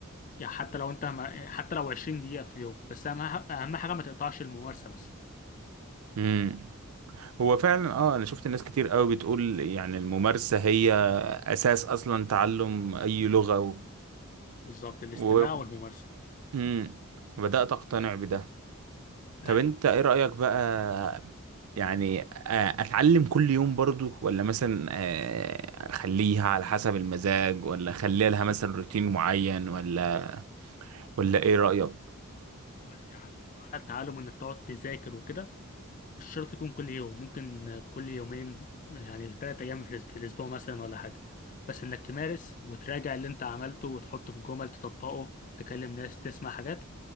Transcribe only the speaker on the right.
امم هو فعلا اه انا شفت ناس كتير قوي بتقول يعني الممارسة هي اساس اصلا تعلم اي لغة و...
و...
امم وبدأت اقتنع بده طب
انت ايه رأيك بقى يعني آه، اتعلم كل يوم برضو ولا مثلا آه، اخليها على حسب المزاج ولا اخليها لها مثلا روتين معين ولا ولا ايه رأيك